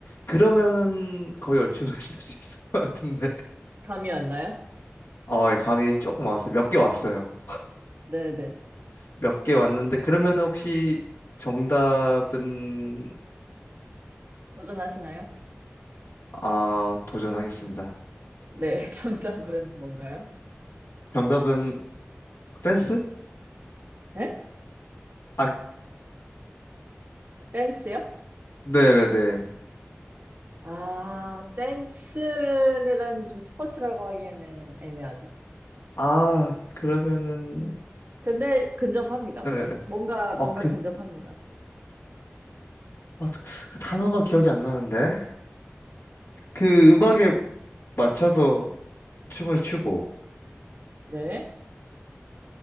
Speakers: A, on the left; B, on the right.
A: 그러면은 거의 얼추 하실 수 있을 것 같은데.
B: 감이 안 나요?
A: 어, 예, 감이 조금 왔어요. 몇 개 왔어요.
B: 네네.
A: 몇 개 왔는데, 그러면은 혹시 정답은,
B: 도전하시나요?
A: 아, 도전하겠습니다.
B: 네. <laughs> 정답은 뭔가요?
A: 정답은 댄스?
B: 네?
A: 아,
B: 댄스요?
A: 네네네.
B: 아, 댄스는 좀 스포츠라고 하기에는 애매하죠.
A: 아, 그러면은,
B: 근데 근접합니다.
A: 예. 예.
B: 뭔가, 뭔가
A: 아, 그,
B: 근접합니다.
A: 아, 그 그 단어가 기억이 안 나는데? 그 음악에 맞춰서 춤을 추고,
B: 네.